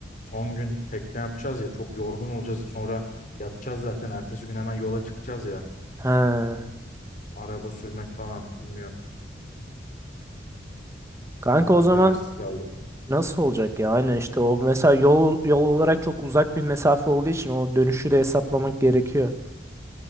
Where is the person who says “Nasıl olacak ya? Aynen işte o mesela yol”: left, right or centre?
Right